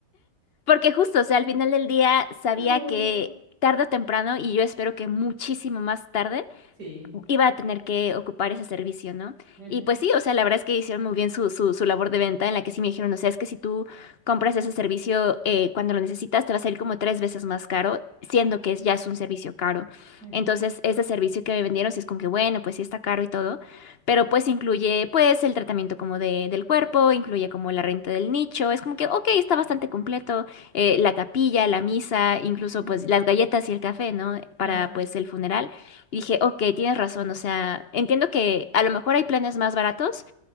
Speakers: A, on the left (about 55°); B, on the right (about 75°).
A: Porque justo, o sea, al final del día sabía
B: No.
A: que tarde o temprano, y yo espero que muchísimo más tarde,
B: Sí.
A: iba a tener que ocupar ese servicio, ¿no?
B: Ujú,
A: Y pues sí, o sea, la verdad es que hicieron muy bien su, su, su labor de venta en la que sí me dijeron, o sea, es que si tú compras ese servicio eh, cuando lo necesitas, te va a salir como tres veces más caro, siendo que es, ya es un servicio caro.
B: ujú,
A: Entonces, ese servicio que me vendieron, sí es como que, bueno, pues sí está caro y todo, pero pues incluye pues el tratamiento como de, del cuerpo, incluye como la renta del nicho, es como que, ok, está bastante completo, eh, la capilla, la misa, incluso
B: ujú.
A: pues las galletas y el café, ¿no?
B: No.
A: Para pues el funeral. Y dije, ok, tienes razón, o sea, entiendo que a lo mejor hay planes más baratos,